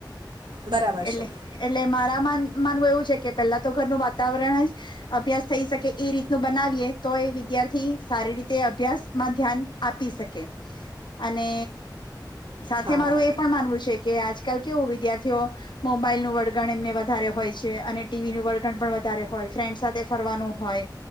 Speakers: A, on the right; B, on the left.
A: બરાબર
B: એટલે
A: છે
B: એટલે મારા મન માનવું એવું છે કે પેલા તો ઘરનું વાતાવરણ જ અભ્યાસ થઈ શકે એ રીતનું બનાવીએ તો એ વિદ્યાર્થી સારી રીતે અભ્યાસમાં ધ્યાન આપી શકે અને સાથે
A: હા.
B: મારું એ પણ માનવું છે કે આજકાલ કેવું વિદ્યાર્થીઓ મોબાઈલનું વળગણ એમને વધારે હોય છે અને ટીવી ન વળગણ પણ વધારે હોય ફ્રેન્ડ સાથે ફરવાનું હોય